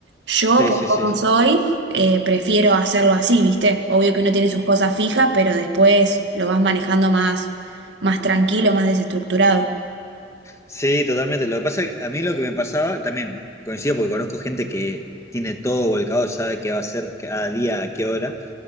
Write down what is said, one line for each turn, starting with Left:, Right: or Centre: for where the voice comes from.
Right: Yo,
Left: sí,
Right: por
Left: sí,
Right: cómo
Left: sí, sí.
Right: soy, eh, prefiero hacerlo así, ¿viste? Obvio que uno tiene sus cosas fijas, pero después lo vas manejando más, más tranquilo, más desestructurado.
Left: Sí, totalmente. Lo que pasa, a mí lo que me pasaba, también coincido porque conozco gente que tiene todo volcado, sabe qué va a hacer cada día, a qué hora,